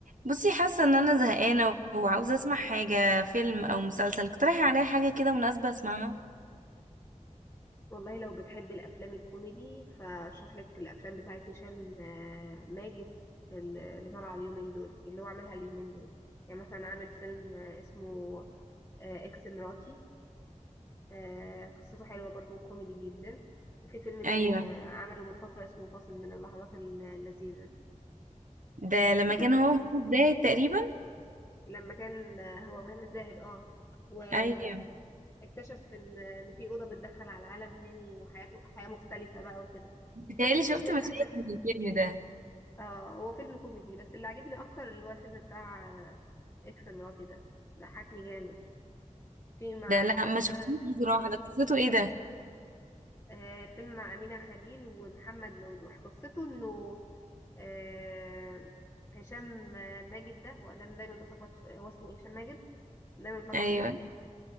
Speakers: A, on the right; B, on the left.
A: بصي حاسه ان انا زهقانه وعاوزه اسمع حاجه فيلم او مسلسل اقترحي عليا حاجه كده مناسبه اسمعها
B: والله لو بتحب الافلام الكوميدي فارشح لك الافلام بتاعت هشام آه، ماجد ال- اللي طالعه اليومين دول اللي هو عملها اليومين دول يعني مثلا عامل فيلم آه، اسمه آه، اكس مراتي آه، قصته حلوه برضو كوميدي جدا وفي فيلم تاني
A: ايوه
B: آه، عمله من فتره اسمه فاصل من اللحظات ال- اللذيذه
A: ده لما
B: في كذا
A: كان هو خمس دقايق تقريبا
B: لما كان آه، هو وهنا الزاهد اه واكتشف
A: ايوه
B: ان ان في اوضه بتدخل على عالم تاني وحياته حياه مختلفه بقى وكده
A: بتهيألي
B: الفيلم فيه
A: شفت
B: شوية
A: مشاهد
B: أحداث
A: من الفيلم ده
B: اه هو فيلم كوميدي بس اللي عجبني اكتر اللي هو الفيلم بتاع آه، اكس مراتي ده ضحكني جامد في مع
A: ده لا
B: الفيلم
A: ما شفتوش
B: ده
A: بصراحه ده قصته ايه ده
B: آه، الفيلم مع أمينة خليل ومحمد ممدوح قصته انه آه، هشام آه، ماجد ده ولا انا دايما بتلخبط في هو اسمه ايه هشام ماجد دايما بتلخبط
A: ايوه
B: في اسمه